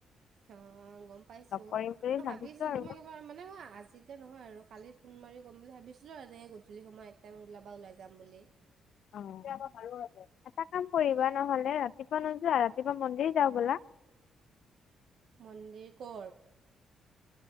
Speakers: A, on the right (about 70°); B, on the left (about 70°).
A: অহ', গম পাইছোঁ,
B: কৰিম বুলি
A: মই ভাবিছোঁ
B: আৰু
A: তোমাক এবাৰ মানে মোৰ আজি এতিয়া নহয় আৰু, কালি ফোন মাৰি কম বুলি ভাবিছিলোঁ আৰু এনেকে গধূলি সময় এক টাইম ওলাবা, ওলাই যাম বুলি।
B: অহ', কিবা এটা ভাবিবো লাগিব, এটা কাম কৰিবা নহ'লে, ৰাতিপুৱা নোযোৱা, ৰাতিপুৱা মন্দিৰ যাওঁ বোলা।
A: মন্দিৰ ক'ৰ?